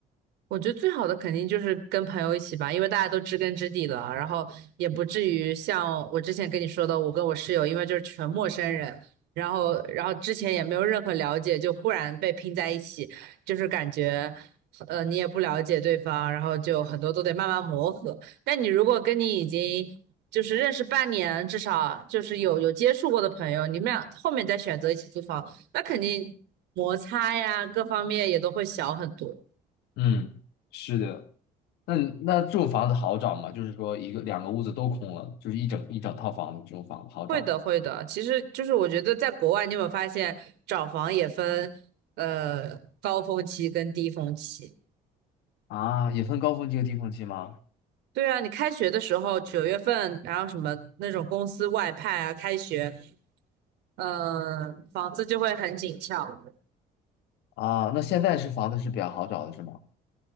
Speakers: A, on the right; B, on the left.
A: 我觉得最好的肯定就是跟朋友一起吧，因为大家都知根知底了，然后也不至于像我之前跟你说的，我跟我室友，因为就是全陌生人，然后然后之前也没有任何了解，就忽然被拼在一起，就是感觉，呃，你也不了解对方，然后就很多都得慢慢磨合。但你如果跟你已经就是认识半年，至少就是有有接触过的朋友，你们俩后面再选择一起租房，那肯定摩擦呀各方面也都会小很多。
B: 嗯，是的，那你那这种房子好找吗？就是说一个两个屋子都空了，就是一整一整套房子，这种房子好找吗？
A: 会的，会的。其实就是我觉得在国外，你有没有发现找房也分呃高峰期跟低峰期？
B: 啊，也分高峰期和低峰期吗？
A: 对啊，你开学的时候九月份，然后什么那种公司外派啊，开学，呃，房子就会很紧俏。
B: 啊，那现在是房子是比较好找的是吗？